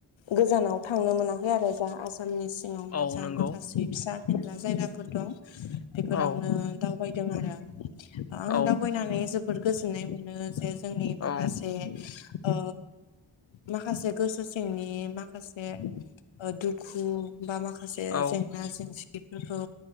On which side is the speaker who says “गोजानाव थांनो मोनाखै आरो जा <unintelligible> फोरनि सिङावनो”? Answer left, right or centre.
Left